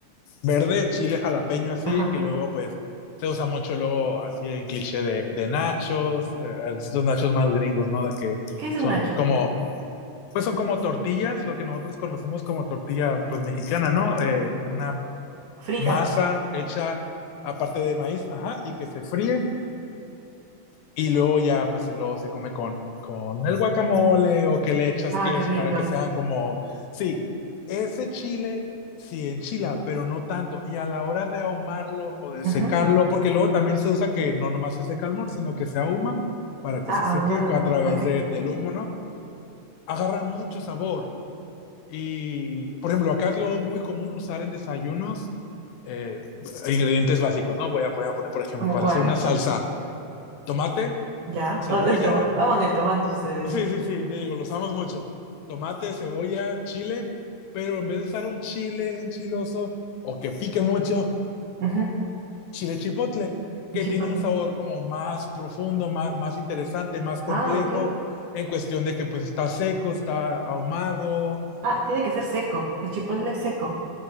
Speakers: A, on the left; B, on the right.
A: Verde, chile jalapeño así,
B: Ajá.
A: que luego pues se usa mucho luego así en cliché de, de nachos, de, estos nachos más gringos, ¿no? De que
B: ¿Qué es un
A: son
B: nacho?
A: como pues son como tortillas, lo que nosotros conocemos como tortilla pues mexicana, ¿no? Eh, una
B: Fritas.
A: masa hecha aparte de maíz, ajá, y que se fríe y luego ya pues luego se come con, con el guacamole o que le echas
B: Ah,
A: queso
B: qué rico.
A: para que sean como, sí, ese chile sí enchila, pero no tanto. Y a la hora de ahumarlo o de
B: Ujú.
A: secarlo, porque luego también se usa que no nomás se seca el mor, sino que se ahuma para que
B: Ah,
A: se seque
B: ahumado.
A: a través
B: Ok.
A: de, del humo, ¿no? Agarra mucho sabor Y, por ejemplo, acá es lo muy común usar en desayunos eh, ingredientes básicos, ¿no? Voy a, voy a poner, por ejemplo,
B: ¿Cómo
A: para
B: cuáles?
A: hacer una salsa, tomate,
B: Ya.
A: cebolla,
B: Oh, el toma- Aman el tomate ustedes.
A: sí, sí, sí, te digo, lo usamos mucho, tomate, cebolla, chile, pero en vez de usar un chile enchiloso o que pique mucho,
B: Ujú.
A: chile chipotle,
B: El
A: que
B: chipotle.
A: tiene un sabor como más profundo, más, más interesante, más complejo,
B: Ah, ok.
A: en cuestión de que pues está seco, está ahumado,
B: Ah, tiene que ser seco. El chipotle es seco.